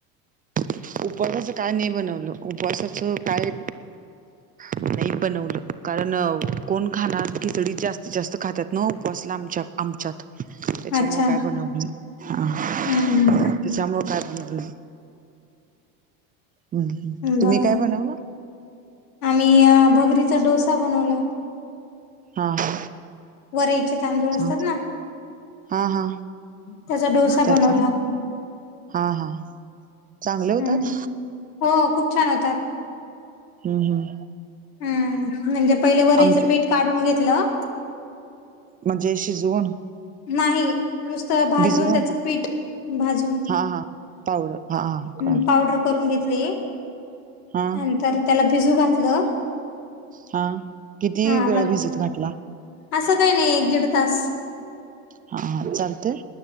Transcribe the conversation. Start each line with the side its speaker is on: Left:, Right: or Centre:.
Right: उपवासाचं काय नाही बनवलं उपवासाचं काय नाही बनवलं कारण कोण खाणार खिचडी जास्तीत जास्त खातात न उपवासला आमच्यात. आमच्यात. तेच्यामुळे
Left: अच्छा
Right: काय बनवलं नाही, हा हा
Left: हम्म
Right: तेच्या मूळ काय बनवलं नाही. हम तुम्ही
Left: बर
Right: काय बनवलं?
Left: आम्ही भगरीचा डोसा बनवला.
Right: हा. हा
Left: वरईचे तांदूळ असतात
Right: हा
Left: ना.
Right: हा हा
Left: त्याचा डोसा
Right: त्याचा
Left: बनवला
Right: हा हा. चांगले होतात
Left: हम्म हो खूप छान होतात
Right: हम्म.
Left: हम्म म्हणजे वरईचे
Right: आमच
Left: पीठ काढून घेतलं.
Right: म्हणजे शिजवून?
Left: नाही नुसतं भाजून
Right: भिजवून
Left: त्याचं पीठ भाजून
Right: हा हा पावडर हा हा कळालं
Left: हम्म पावडर करून घेतली.
Right: हा
Left: नंतर त्याला बिजू घातलं,
Right: हा किती
Left: हा
Right: वेळ
Left: मग
Right: भीजत घातला?
Left: असं काही नाही एक दीड तास.
Right: हा हा चालतय.